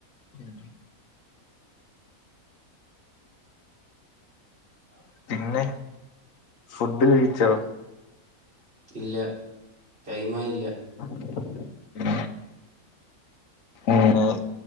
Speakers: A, on the left; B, on the right.
A: ഉം
B: ആഹ്
A: പിന്നെ ഫുഡ് കഴിച്ചോ?
B: ഇല്ല ടൈം ആയി ഇല്ല.
A: <inaudible> ആഹ്